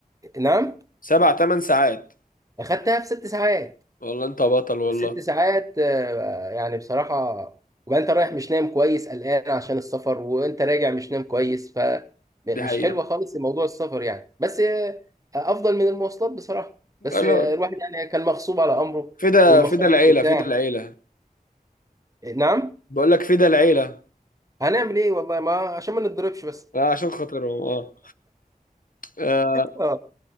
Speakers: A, on the right (about 20°); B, on the left (about 65°).
A: نعم
B: سبع تمن ساعات
A: اخدتها في ست ساعات
B: والله انت بطل والله
A: ست ساعات آه، يعني بصراحة وبقى انت رايح مش نايم كويس قلقان عشان السفر وانت راجع مش نايم كويس فمش
B: دي حقيقة
A: حلوة خالص موضوع السفر يعني بس آه، افضل من المواصلات بصراحة بس
B: قالوا
A: آه، الواحد يعني كان مغصوب على امره
B: فدا
A: والمصاريف
B: فدا العيلة
A: وبتاع
B: فدا العيلة
A: آه، نعم
B: بقول لك فدا العيلة
A: هنعمل ايه والله ما عشان ما نتضربش بس
B: آه، عشان خاطرهم اه آه،
A: اه